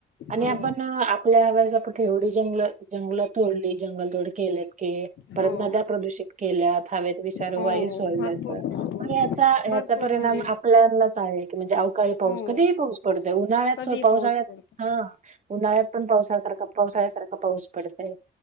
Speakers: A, on the right; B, on the left.
A: आणि
B: हो
A: आपण आपल्या हव्यासापोटी आपण ठेवडी जंगल जंगल तोडली जंगल तोड केलेत की परत
B: हो
A: नद्या प्रदूषित केल्यात हवेत विषारू
B: हो
A: वायू सोडल्यात
B: भरपूर
A: मग
B: भरपूर
A: हेचा हेचा
B: भरपूर
A: परिणाम
B: म्हणजे
A: आपल्यालाच आहे की म्हणजे अवकाळी पाऊस
B: हो
A: कधीही पाऊस पडत आहे उन्हाळ्यात
B: कधी
A: पावसाळ्यात
B: पाऊस पडतो
A: हा उन्हाळ्यात पण पावसाळ्यासारखा पावसाळ्यासारखा पाऊस. पडत आहे